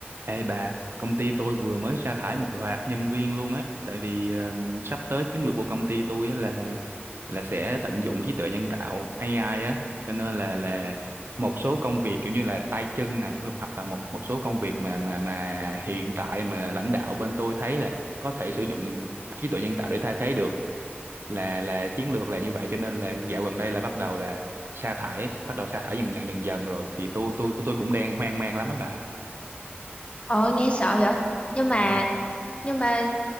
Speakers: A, on the right; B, on the left.
A: Ê bà, công ty tôi vừa mới sa thải một loạt nhân viên luôn á, tại vì ờ, sắp tới chiến lược của công ty tôi á là là sẽ tận dụng trí tuệ nhân tạo AI á, cho nên là là một số công việc kiểu như là tay chân này hoặc hoặc là một một số công việc mà mà mà hiện tại mà lãnh đạo bên tôi thấy là có thể sử dụng trí tuệ nhân tạo để thay thế được là là chiến lược là như vậy cho nên là dạo gần đây là bắt đầu là sa thải bắt đầu sa thải dần dần dần dần rồi thì tôi tôi tôi cũng đang hoang mang lắm á bà.
B: Ờ nghe sợ vậy nhưng mà
A: Ừ.
B: nhưng mà